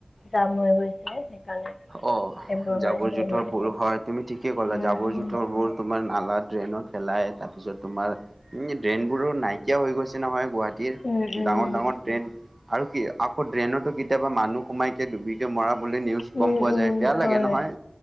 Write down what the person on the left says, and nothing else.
জাম হৈ গৈছে। সেইকাৰণে
সেইবোৰ হৈছে
আজিকালি
উম
উম
উম
উম
উম উম
হয়